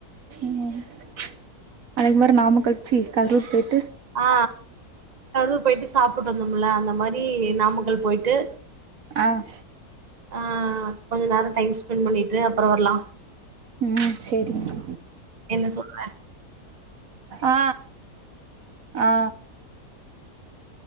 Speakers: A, on the right; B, on the right.
A: சேரி சே அது மாறி நாமக்கல் ச்சி கல்ரூர் போய்ட்
B: ஆ கரூர் போயிட்டு சாப்புட்டு வந்தோம்ல அந்த மாறி நாமக்கல் போயிட்டு
A: ஆ
B: ஆ கொஞ்ச நேரோ டைம் ஸ்பென்ட் பண்ணிட்டு அப்ரோ வரலா
A: ம் சேரிக்கா
B: என்ன சொல்ற?
A: ஆ ஆ